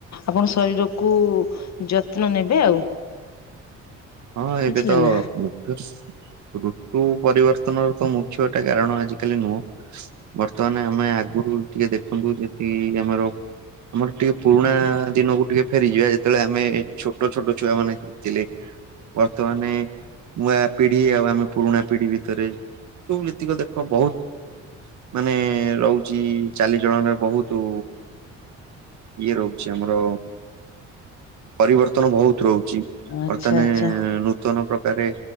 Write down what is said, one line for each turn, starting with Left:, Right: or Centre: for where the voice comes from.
Left: ଆପଣ ଶରୀରକୁ ଯତ୍ନ ନେବେ ଆଉ।
Right: ହଁ
Left: ବୁଝିଲେ
Right: ଏବେ ତ
Left: ନା
Right: ସୁ ଋତୁ ପରିବର୍ତ୍ତନର ତ ମୁଖ୍ୟଟା କାରଣ ଆଜିକାଲି ନୁହଁ। ବର୍ତ୍ତମାନ ଆମେ ଆଗରୁ ଟିକେ ଦେଖନ୍ତୁ ଯେତିକି ଆମର ଆମର ଟିକେ ପୁରୁଣା ଦିନକୁ ଟିକେ ଫେରିଯିବା ଯେତେବେଳେ ଆମେ ଛୋଟ ଛୋଟ ଛୁଆ ମାନେ ଥିଲେ। ବର୍ତ୍ତମାନେ ନୂଆ ପିଢି ଆଉ ଆମେ ପୁରୁଣା ପିଢି ଭିତରେ କେଉ ନୀତିକ ଦେଖ ବହୁତ ମାନେ ରହୁଛି ଚାଲିଚଳନ ବହୁତୁ ଇଏ ରହୁଛି ଆମର ପରିବର୍ତ୍ତନ ବହୁତ ରହୁଛି
Left: ଆଚ୍ଛା
Right: ବର୍ତ୍ତମାନେ
Left: ଆଚ୍ଛା
Right: ନୂତନ ପ୍ରକାର